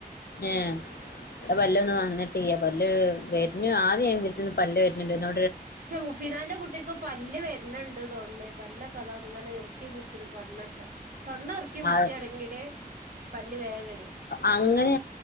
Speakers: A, on the left; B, on the right.
A: ഏ ഇവിടെ വല്ലൊന്ന് വന്നിട്ട പല്ല് വരഞ്ഞ ആദ്യം എ അ പല്ലേ വരുന്നുണ്ട്ോ
B: പക്ഷെ മുഫിദാന്റെ കുട്ടിക്ക് പല്ല് വരണണ്ട് തോന്നേ പല്ല കഥ അങ്ങനെർ ഉറക്കി പിടിച്ചി തൊണ്ണൊക്കെ തൊണ്ണ ഉറുക്കി പിടിച്ചാണെങ്കില്
A: ആഹ്
B: പല്ല് വേം വരും
A: അങ്ങനെ